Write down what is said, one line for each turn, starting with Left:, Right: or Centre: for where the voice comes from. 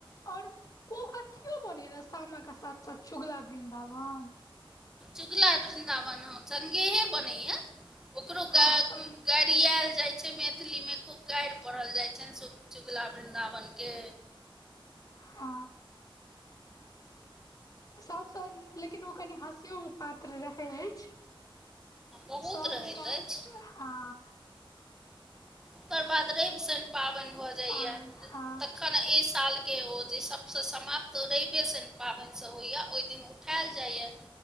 Left: और ओ कथि मे बने रहा सामा के साथ सऽ चुगला वृंदावन
Centre: चुगला वृन्दावन ह संगे हे बनैया। ओकरो
Left: हँ
Centre: गा
Left: हँ साम
Centre: गारियाल जाइत छै मैथिलीमे खूब गारि पढ़ल जाइत छनि। चुगला वृन्दावनके
Left: ह। सबसँ लेकिन ओ कनि हँसियो पात्र रहै अछि।
Centre: बहुत
Left: सब
Centre: रहैत
Left: हुनका
Centre: अछि
Left: हँ।
Centre: ओकर बाद रैब शैन पाबनि भऽ जाइएा
Left: पाबनि हँ
Centre: अखन ई साल के ओ जे सबसँ समाप्त रवे शनि पाबनि से होइया ओहि दिन उठाायल जाइया